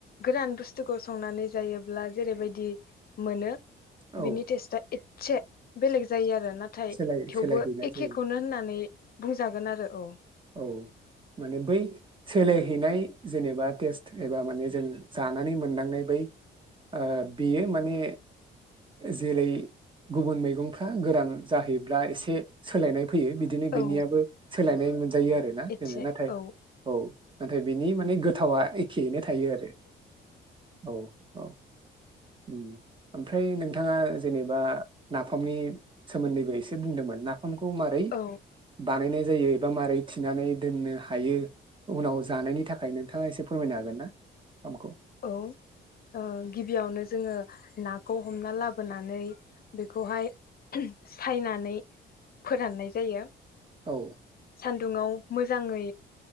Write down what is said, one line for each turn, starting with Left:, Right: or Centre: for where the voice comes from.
Left: गोरान बुस्थुखौ संनानै जायोब्ला जेरैबायदि मोनो
Right: औ
Left: बिनि टेस्टा इट से बेलेग जायो आरो नाथाय
Right: सोलाय
Left: थेवबो
Right: सोलायहैनाय
Left: एखेखौनो
Right: जायो
Left: होननानै बुंजागोन आरो औ
Right: औ माने बै सोलायहैनाय जेनेबा टेस्ट एबा माने जों जानानै मोनदांनाय बै ओ बेयो माने जेरै गुबुन मैगंफ्रा गोरान जाहैब्ला एसे सोलायनाय फैयो बिदिनो बेनियाबो
Left: औ
Right: सोलायनाय मोन जायो आरोना
Left: एसे
Right: जोङो नाथाय
Left: औ
Right: औ नाथाय बिनि माने गोथावा एखेयैनो थायो आरो औ औ ओम ओमफ्राय नोंथाङा जेनेबा नाफामनि सोमोन्दैबो एसे बुंदोंमोन ना फामखौ मारै
Left: औ
Right: बानायनाय जायो एबा मारै थिनानै दोननो हायो उनाव जानायनि थाखाय नोंथाङा एसे फोरमायनो हागोन ना नाफाम खौ।
Left: औ ओ गिबियावनो जोङो नाखौ हमना लाबोनानै बेखौहाय सायनानै फोराननाय जायो।
Right: औ
Left: सान्दुङाव मोजाङै